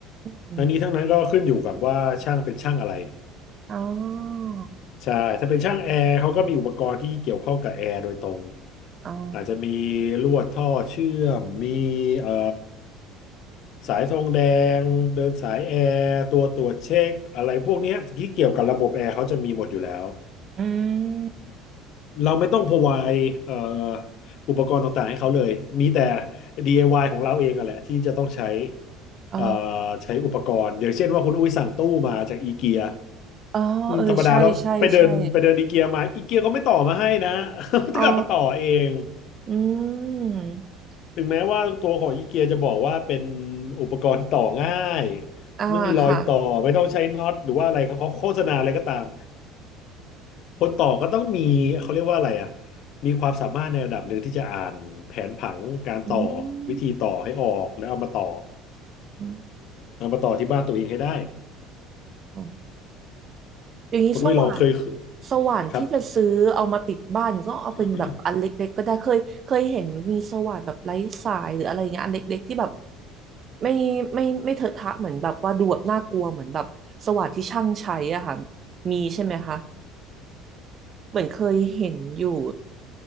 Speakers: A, on the right (about 40°); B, on the left (about 60°).
A: ม
B: ทั้งนี้ทั้งนั้นก็ขึ้นอยู่กับว่าช่างเป็นช่างอะไร
A: อ๋อ
B: ใช่ถ้าเป็นช่างแอร์เขาก็มีอุปกรณ์ที่เกี่ยวข้องกับแอร์โดยตรง
A: อ๋อ
B: อาจจะมีลวดท่อเชื่อมมีเอ่อสายทองแดงเดินสายแอร์ตัวตรวจเช็คอะไรพวกเนี้ยที่เกี่ยวกับระบบแอร์เขาจะมีหมดอยู่แล้ว
A: อืม
B: เราไม่ต้อง provide เอ่ออุปกรณ์ต่างๆให้เขาเลยมีแต่ DIY ของเราเองอะแหละที่จะต้องใช้
A: อ๋อ
B: เอ่อใช้อุปกรณ์อย่างเช่นว่าคุณอุ้ยสั่งตู้มาจากอีเกีย
A: อ๋อเออใช่ใช่ใช่
B: ธรรมดาแล้วไปเดินไปเดินอีเกียมาอีเกียก็ไม่ต่อมาให้นะ <laughs>
A: อ๋อ
B: ต้องกลับมาต่อเอง
A: อืม
B: ถึงแม้ว่าตัวของอีเกียจะบอกว่าเป็นอุปกรณ์ที่ต่อง่าย
A: อ่าค่ะ
B: ไม่มีรอยต่อไม่ต้องใช้น็อตหรือว่าอะไรเขาเขาโฆษณาอะไรก็ตาม คนต่อก็ต้องมีเขาเรียกว่าอะไรอ่ะมีความสามารถในระดับหนึ่งที่จะอ่านแผนผังการต่อ
A: อื
B: วิธีต่อให้ออกแล้วเอามาต่อ
A: มอ
B: เอามาต่อที่บ้านตัวเองให้ได้
A: ืม อย่างนี้สว่าน
B: คุณอุ้ยลองเคย
A: สว่านที่จะซื้อเอามาติดบ้านก็เอาเป็นแบบอันเล็กๆก็ได้เคยเคยเห็นมีสว่านแบบไร้สายหรืออะไรเงี้ยอันเล็กๆที่แบบ
B: ครับ <coughs>
A: ไม่ไม่ไม่เถอะทะเหมือนแบบว่าดูแบบน่ากลัวเหมือนแบบสว่านที่ช่างใช้อะค่ะมีใช่ไหมคะเหมือนเคยเห็นอยู่